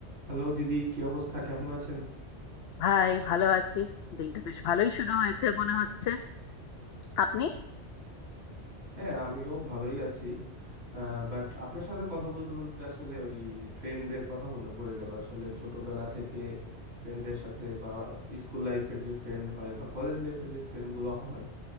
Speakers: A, on the right; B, on the left.
A: Hello দিদি কি অবস্থা কেমন আছেন
B: ভাই ভালো আছি দিনটা বেশ ভালোই শুরু হয়েছে মনে হচ্ছে আপনি
A: হ্যাঁ আমিও ভালোই আছি বাট আপনার সাথে কথা বলতে বলতে আসলে ওই ফ্রেন্ডদের কথা মনে পড়ে গেল আসলে ছোটবেলা থেকে ফ্রেন্ডদের সাথে বা স্কুল লাইফের যে ফ্রেন্ড হয় বা কলেজ লাইফের যে ফ্রেন্ডগুলো হয়